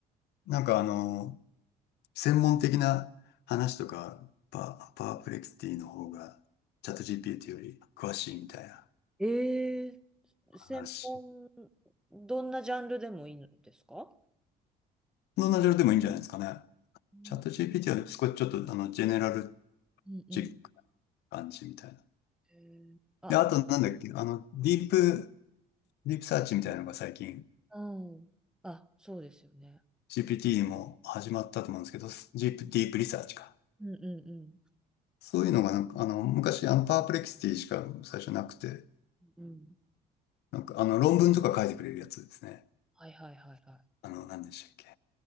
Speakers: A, on the left; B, in the centre.
A: なんかあの、専門的な話とか、パ、パープレクシティの方が、チャット GPT より詳しいみたいな
B: えー専門、
A: 話。
B: どんなジャンルでもいいんですか
A: どんなジャンルでもいいんじゃないですかね。
B: うん
A: チャット GPT は少しちょっとあの、ジェネラル
B: うんうん。
A: チックな感じみたいな。
B: へーあ、
A: で、あとなんだっけ、あの、ディープ、ディープサーチみたいなのが最近、
B: うん。あ、そうですよね。
A: GPT も始まったと思うんですけど、ディープ、ディープリサーチか。
B: うんうんう
A: そういうのがなんか、あの、昔、あの、パープレキシティしか最初なくて、
B: ん。うん
A: なんか、あの、論文とか書いてくれるやつですね。
B: はいはいはいはい。
A: あの、何でしたっけ。